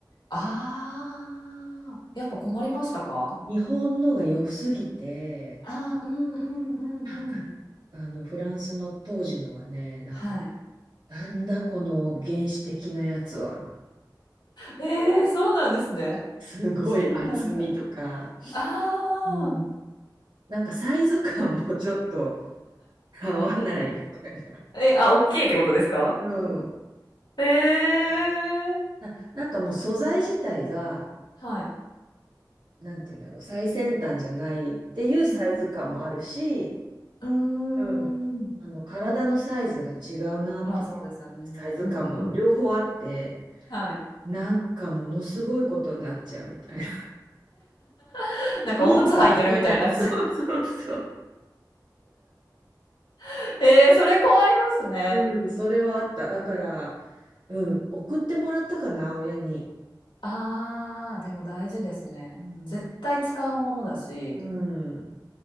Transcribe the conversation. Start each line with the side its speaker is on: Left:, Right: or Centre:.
Left: ああ、やっぱ困りましたか
Right: 日本のが良すぎて、
Left: ああー、うんうんうんうん。
Right: なんかあのフランスの当時のはね、なんか
Left: はい。
Right: なんだこの原始的なやつは、
Left: ええそうなんですね。
Right: すごい厚みとか、
Left: そうなんだ。あ
Right: うんなんかサイズ感もちょっと合わないみたいな。
Left: あ。え、あ、おっきいってことですか
Right: うん。
Left: へえ。
Right: な、なんかもう素材自体が、
Left: はい。
Right: なんて言うんだろう、最先端じゃないっていうサイズ感もあるし、
Left: うんうんうん。
Right: うん。
Left: うーん。
Right: あの体のサイズが違うなっていうサイズ感も両方あって、
Left: まあそうですよね。うんうん。はい。
Right: なんかものすごいことになっちゃうみたいな。
Left: <laughs> なんかおむつ履いてるみたいになっちゃう。
Right: ジーンズ履けない。<laughs> そうそうそう。
Left: <laughs> えー、それ困りますね。
Right: うん、それはあった。だから、うん、送ってもらったかな、親に。
Left: ああ、でも大事ですね。
Right: うん、
Left: 絶対使うものだし。
Right: うん、